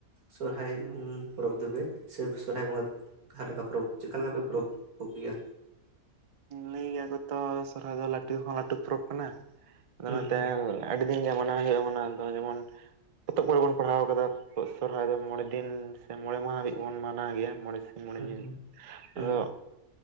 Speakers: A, on the right (about 85°); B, on the right (about 60°).
A: ᱥᱚᱨᱦᱟᱭ ᱯᱚᱨᱚᱵᱽ ᱫᱚᱵᱮ ᱥᱮ ᱥᱚᱨᱦᱟᱭ ᱵᱚᱸᱜᱟ ᱦᱟᱨᱜᱟ ᱯᱚᱨᱚᱵᱽ ᱪᱮᱫᱠᱟ ᱞᱮᱠᱟ ᱯᱮ ᱯᱚᱨᱚᱵᱽ ᱜᱮᱭᱟ?
B: ᱞᱟᱹᱭ ᱜᱮᱭᱟ ᱠᱚ ᱛᱚ ᱥᱚᱨᱦᱟᱭ ᱫᱚ ᱞᱟᱹᱴᱩ ᱦᱚ ᱞᱟᱹᱴᱩ ᱯᱚᱨᱚᱵᱽ ᱠᱟᱱᱟ ᱟᱫᱚ
A: ᱦᱩᱸ
B: ᱱᱚᱛᱮ
A: ᱦᱩᱸ
B: ᱟᱹᱰᱤ ᱫᱤᱱ ᱜᱮ ᱢᱟᱱᱟᱣ ᱦᱩᱭᱩᱜᱼᱟ ᱢᱟᱱᱟᱣ ᱫᱚ ᱡᱮᱢᱚᱱ ᱯᱚᱛᱚᱵ ᱠᱚᱨᱮ ᱵᱚᱱ ᱯᱟᱲᱦᱟᱣ ᱟᱠᱟᱫᱟ ᱥᱚᱨᱦᱟᱭ ᱫᱚ ᱢᱚᱬᱮ ᱫᱤᱱ ᱥᱮ ᱢᱚᱬᱮ ᱢᱟᱦᱟ ᱦᱟᱹᱵᱤᱡ ᱵᱚᱱ ᱢᱟᱱᱟᱣ ᱜᱮᱭᱟ ᱢᱚᱬᱮ ᱢᱚᱬᱮ
A: ᱦᱩᱸ
B: ᱧᱤᱫᱟᱹ
A: ᱦᱩᱸ ᱦᱩᱸ
B: ᱟᱫᱚ